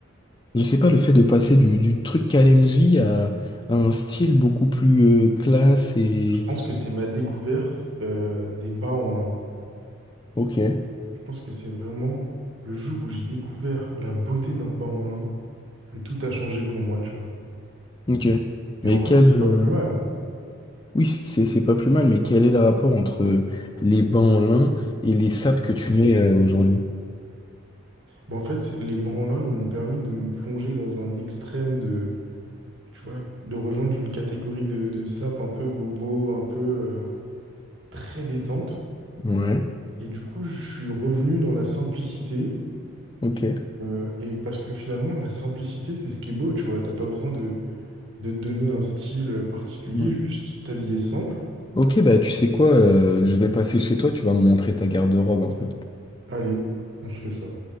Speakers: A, on the left (about 20°); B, on the right (about 60°).
A: Je sais pas, le fait de passer du, du truc Kalenji à, à un style beaucoup plus euh, classe et...
B: Je pense que c'est ma découverte euh, des bas en lin.
A: Ok,
B: Je pense que c'est vraiment le jour où j'ai découvert la beauté d'un bas en lin que tout a changé pour moi, tu vois.
A: ok.
B: Et
A: Mais
B: en vrai,
A: quel...
B: c'est pas
A: euh,
B: plus mal.
A: Oui, c'est c'est pas plus mal, mais quel est le rapport entre les bancs en lin et les sapes que tu mets euh, aujourd'hui?
B: Bah, en fait, les bas en lin, ils m'ont permis de me plonger dans un extrême de, tu vois, de rejoindre une catégorie de, de sapes un peu bobo, un peu euh, très détente.
A: Ouais,
B: Et du coup, je suis revenu dans la simplicité.
A: ok.
B: Et, euh, et parce que finalement, la simplicité, c'est ce qui est beau, tu vois. T'as pas besoin de, de te donner un style particulier,
A: Ouais.
B: juste t'habiller simple.
A: Ok, bah tu sais quoi, euh, je vais passer chez toi, tu vas me montrer ta garde-robe un peu.
B: Allez, on se fait ça.